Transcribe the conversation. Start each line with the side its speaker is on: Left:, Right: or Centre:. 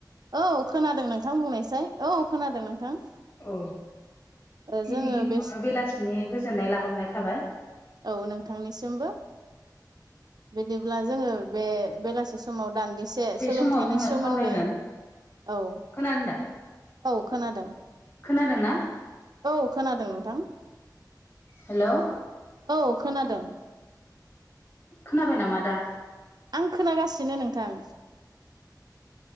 Right: औ खोनादों नोंथां बुंनायसाय औ खोनादों नोंथां
Left: औ
Right: ओ
Left: गिबि
Right: जोङो
Left: गिबियावनो
Right: बे
Left: बेलासिनि गोजोननाय लाहरनाय थाबाय
Right: औ नोंथांनिसिमबो बिदिब्ला जोङो बे बेलासि समाव दान्दि से
Left: बे
Right: सोलोंथाइनि
Left: समाव जोङो
Right: सोमोन्दै
Left: सावरायगोन
Right: औ
Left: खोनादों
Right: औ खोनादों
Left: खोनादों ना
Right: औ खोनादों नोंथां
Left: हेल'
Right: औ खोनादों
Left: खोनाबाय नामा दा
Right: आं खोनागासिनो नोंथां